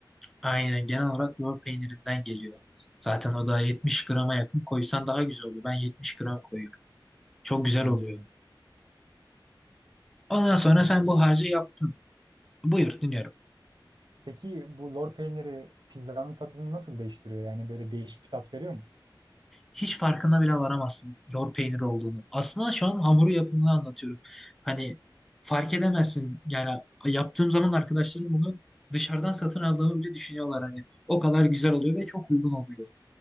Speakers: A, in the centre; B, on the right.
A: Aynen genel olarak lor peynirinden geliyor. Zaten o da 70 grama yakın koysan daha güzel oluyor. Ben 70 gram koyuyorum. Çok güzel
B: Hmm.
A: oluyor. Ondan sonra
B: Peki
A: sen bu harcı yaptın. Buyur dinliyorum.
B: peki bu lor peyniri pizzanın tadını nasıl değiştiriyor? Yani böyle değişik bir tat veriyor mu?
A: Hiç farkına bile varamazsın lor peynir olduğunu. Aslında şu an hamuru yapımını anlatıyorum. Hani fark edemezsin. Yani yaptığım zaman arkadaşlarım bunu dışarıdan satın aldığımı bile düşünüyorlar hani. O kadar güzel oluyor ve çok uygun oluyor.